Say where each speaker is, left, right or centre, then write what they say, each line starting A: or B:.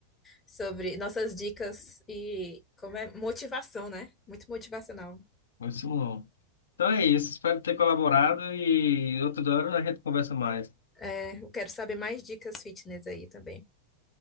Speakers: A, on the left; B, on the left.
A: sobre nossas dicas e como é motivação, né? Muito motivacional.
B: Isso não. Então é isso, espero ter colaborado e outro hora a gente conversa mais.
A: É, eu quero saber mais dicas fitness aí também.